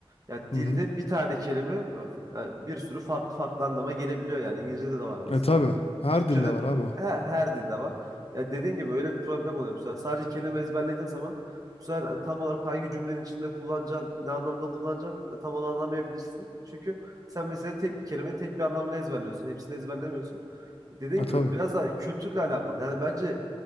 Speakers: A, on the right (about 40°); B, on the left (about 90°).
A: Ya dilde
B: Hı hı.
A: bir tane kelime öf, yani bir sürü farklı farklı anlama gelebiliyor yani. İngilizce'de de var mesela
B: E tabi.
A: bu.
B: Her
A: Türkçe'de
B: dilde var abi o.
A: her, her dilde var. Ya dediğin gibi öyle bir problem oluyor. Mesela sadece kelime ezberlediğin zaman bu sefer yani tam olarak hangi cümlenin içinde kullanacaksın, ne anlamda kullanacaksın e, tam onu anlamayabilirsin. Çünkü sen mesela tek bir kelimenin tek bir anlamını ezberliyorsun. Hepsini ezberlemiyorsun. Dediğin
B: E
A: gibi
B: tabi.
A: biraz da kültürle alakalı. Yani bence